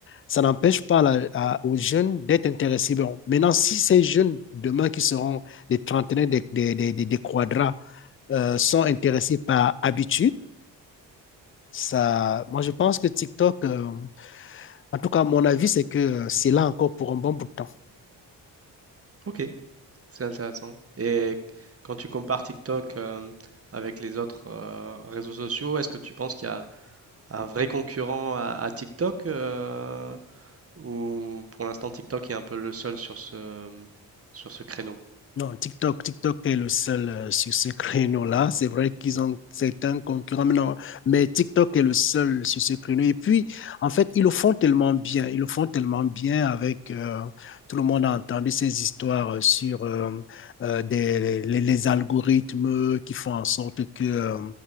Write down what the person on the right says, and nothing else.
ok, c'est intéressant. Et quand tu compares TikTok euh, avec les autres euh, réseaux sociaux, est-ce que tu penses qu'il y a un vrai concurrent à, à TikTok euh, ou pour l'instant TikTok est un peu le seul sur ce, sur ce créneau?